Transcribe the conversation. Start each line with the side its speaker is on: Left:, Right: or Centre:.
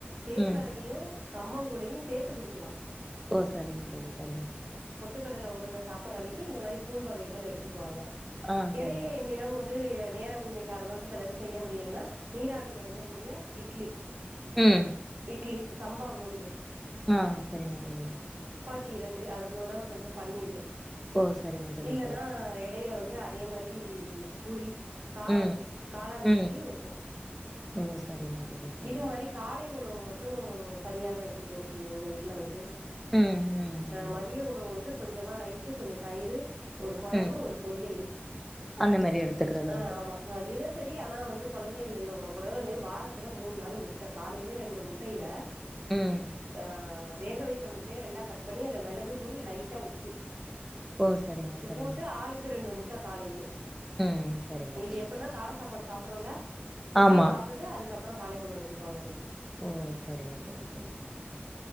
Right: கேழ்வரகையு
Centre: ம்
Right: கம்மங்கூழயு சேத்து குடிக்கலா
Centre: ஓ சரிங்க தோழி சரிங்க
Right: ட்டுக்கடலை உருண்ட சாப்பர்ற அன்னைக்கி இந்த மாரி கூழ் வகைகள் எடுத்துக்குவாங்க
Centre: ஆ
Right: இடையில
Centre: சரிங்க
Right: என்னிடம் வந்து நேரமின்மை காரணமாக சிலது செய்ய முடியலனா நீராவில வெந்தக்கூடிய இட்லி
Centre: ம்
Right: இட்லி சம்பா கோதுமை
Centre: ஆஹ் சரிங்க தோழி
Right: தி இரண்டு அதனோட கொஞ்சோ பன்னீரு
Centre: ஓ சரிங்க தோழி
Right: இல்லன்னா
Centre: சரி
Right: எடைல வந்து து அதே மாரி பூரி காளான்
Centre: ம்
Right: காளான் கிரேவி
Centre: ம்
Right: ஒரு கப்பு
Centre: ஓ சரிங்க தோழி சரிங்க
Right: இது மாரி
Centre: தோழி.
Right: காலை உணவு மட் டு சரியாக இருக்கும் தோழி எங்க வீட்ல வந்து
Centre: ம் ம்
Right: அஹ் மதிய உணவு வந்து கொஞ்சமா ரைஸு கொஞ்ச தயிரு ஒரு கொழம்பு
Centre: ம்
Right: ஒரு பொரியல்
Centre: அந்த மாரி எடுத்துக்கிறது
Right: ஆஹ்
Centre: உண்டு
Right: ஆமா அ டின்னர் சரி ஆனா வந்து கொழந்தைகள எல்லா வுட கூடாது <unintelligible> வார த்துல மூண் நாளு முட்ட காலைலே ரெண்டு முட்டயில
Centre: ம்
Right: ஆஹ் வேக வைத்த முட்டய ரெண்டா கட் பண்ணி அதுல மெளகு தூள் லைட்டா உப்பு
Centre: ஓ சரிங்க
Right: ம்
Centre: சரிங்க
Right: போட்டு ஆளுக்கு ரெண்டு முட் ட காலைலே
Centre: ம் சரிங்க
Right: இது
Centre: தோழி
Right: எப்பன்னா
Centre: சரி
Right: கால சாப்பாடு சாப் பறோல்ல முட்டைய
Centre: ஆமா
Right: சாப்ட்டுட்டு அதுக்கப் பறோ காலை உணவு எடுத்துக்வாங்க தோழி
Centre: ஓ சரிங்க தோழி சரிங்க தோழி